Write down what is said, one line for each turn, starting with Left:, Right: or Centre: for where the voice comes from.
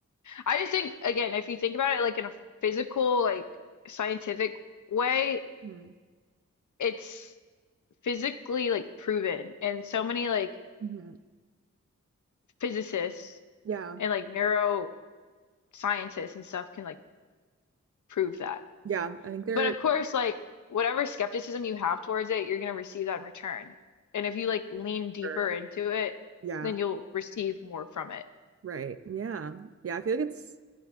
Left: I just think, again, if you think about it like in a physical, like scientific way,
Right: Hmm.
Left: it's physically like proven. And so many like
Right: hmm
Left: physicists
Right: Yeah.
Left: and like neuroscientists and stuff can like prove that.
Right: Yeah. I think they're,
Left: But of course, like whatever skepticism you have towards it, you're going to receive that in return. And if you like lean deeper
Right: or-
Left: into it,
Right: yeah.
Left: then you'll receive more from it.
Right: Right. Yeah. Yeah. I feel like it's,